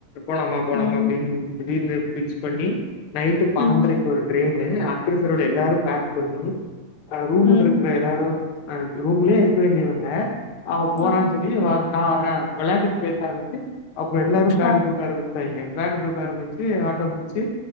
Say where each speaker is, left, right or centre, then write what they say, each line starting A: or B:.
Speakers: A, on the left; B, on the left.
A: போலாமா போலாமா
B: ம்
A: அப்டின்னு திடீர்னு ஃபிக்ஸ் பண்ணி நைட்டு பன்னன்டரைக்கு
B: ம்
A: ஒரு அன்ரிசர்வ்டு எல்லாரு பேக் பண்ணி ஆ ரூம்
B: ம்
A: இருக்குற <unintelligible> அ ரூம்லயே இருக்க வேண்டியவங்க அவ போறானு
B: ம்
A: சொல்லி வர நா வர் ற வெளையாட்டுக்கு பேச ஆரம்பிச்சு அப்ற எல்லாரு பேக்க
B: ஆ
A: தூக்க ஆரம்பிச்சுட்டாய்ங்க பேக்க தூக்க ஆரம்பிச்சு ஆட்டோ புடிச்சி